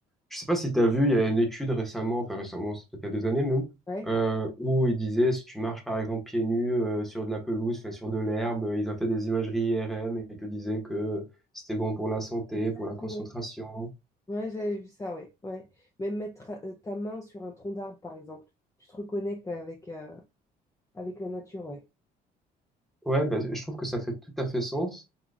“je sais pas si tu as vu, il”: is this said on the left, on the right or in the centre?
Centre